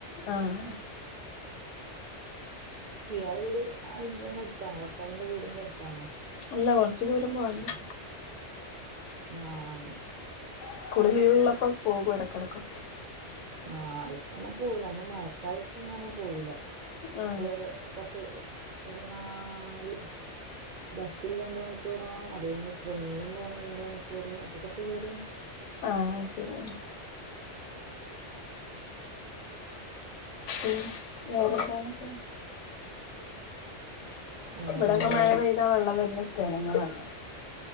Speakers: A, on the left; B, on the right.
A: ആഹ്
B: ഇയാളെ വീട് അയ് ന്റെന്നെ അടുത്താണോ ഭർത്താവിന്റെ വീടിന്റെ ടുത്താണോ
A: അല്ല കൊർച്ച്‌ ദൂരം പോര് ണം
B: ആഹ് ന്ന്
A: സ്കൂൾ ലീവുള്ളപ്പം പോകും ഇടക്കിടയ്ക്ക്
B: ആഹ് ഇപ്പം എങ്ങും പോവൂല നമ്മൾ മഴക്കാലത്ത് ഇങ്ങനെ പോവൂല
A: ആ
B: അതെയതെ കൊറച്ച് ഒരു നാല്- ബസ്സിൽ രണ്ട് മണിക്കൂർ പോണം അത് കഴിഞ് ട്രെയിനിലും പോണം രണ്ട് മണിക്കൂർ അപ്പൊ കൊറച്ച് ദൂരമുണ്ട്
A: ആഹ് ശെരിയാണ്
B: <inaudible>
A: ഉം വേറെന്താ അങ്ങട്ട് <unintelligible>
B: വേറെന്ത്
A: ഇവിടെയൊക്കെ മഴ പെയ്താ വെള്ളം വരുന്ന സ്ഥലങ്ങളാണ്